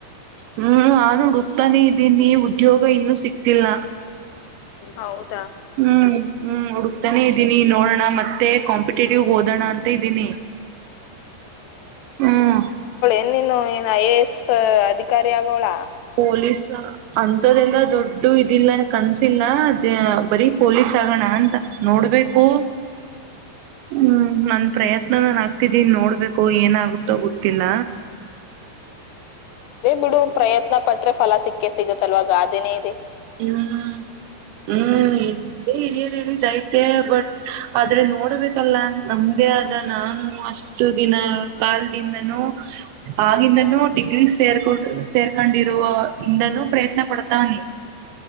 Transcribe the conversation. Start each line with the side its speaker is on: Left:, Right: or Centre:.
Right: ಹ್ಮ್ ನಾನು ುಡುಕ್ತಾನೆ ಇದ್ದೀನಿ ಉದ್ಯೋಗ ಇನ್ನುೂ ಸಿಕ್ತಿಲ್ಲ
Left: ಹೌದು
Right: ಹ್ಮ್ ಹ್ಮ್ ಹುಡುಕ್ತಾನೆ ಇದ್ದೀನಿ ನೋಡೋಣ ಮತ್ತೆ ಕಾಂಪಿಟೇಟಿವ್ ಹಓದೋಣ ಅಂತ ಇದ್ದೀನಿ ಹ್ಮ್
Left: ನ್ನನು ಏನು ಐ ಎ ಎಸ್ ಅಧಿಕಾರಿ ಆಗೋಳ
Right: ಪೊಲೀಸ್ ಅಂಂತದೆಲ್ಲ ದೊಡ್ಡ ಇದಿಲ್ಲನ ಕನ್ಸಿಲ್ಲ ಬರಿೀ ಪ ಚಗಣ ಅಂತ ನೋಡ್ಬೇಕು ಹ್ಮ್ ನನ್ ಪ್ರಯತ್ನ ನಾನನ್ ಆಗ್ತಿದ್ದೀನ್ ನೋಡ್ಬೇಕು ಏನಾಗುತ್ತ ಗಟ್ಟಿಲ್ಲ
Left: ಬಿಡುವ ಪ್ರಯತ್ನ ಪಟ್ಟ ೆ ಫಲ ಸಿಕ್ಕಕ್ಕೆ ಸಿಗುತ್ತ ಅಲ್ವ ಗಾದೆನೆ
Right: ಹ್ಮ್ ಹ್ಮ್ ಇದೇ ಹಿರಿಯರಿೈತೆ ಬಟ್ ಆದ್ರೆ ನೋಡ್ಬೇಕಲ್ಲ ನಮ್ದೇ ಆದ ನಾನು ಅಷ್ಟು ದಿನ ಕಾಲದಿಂದನೂ ಆಗಿಂದನೂ ಡಿಗ್ರಿ ಸೇರ್ಕ ಸೇರ್ಕೊಂಡಿರುವ ಇಂದಲೂ ಪ್ರಯತ್ನ ಪಡ್ತಾನೆ